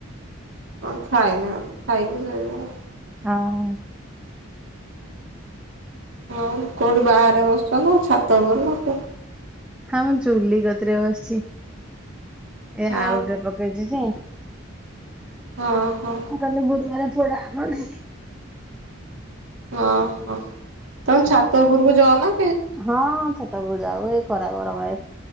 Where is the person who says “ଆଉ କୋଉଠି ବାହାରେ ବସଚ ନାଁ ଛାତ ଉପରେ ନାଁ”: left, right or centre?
Right